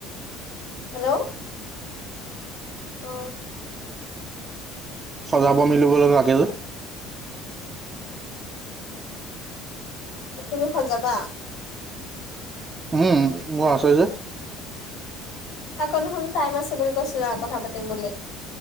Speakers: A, on the left; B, on the right.
A: হেল্লও অ।
B: সজাব মেলিবলৈ লাগে যে।
A: অ তুমি হৈ সজাবা?
B: উম মোৰ আছে যে
A: আকৌ দেখুন টাইম আছে বুলি কৈছিলা কথা পাতিম বুলি।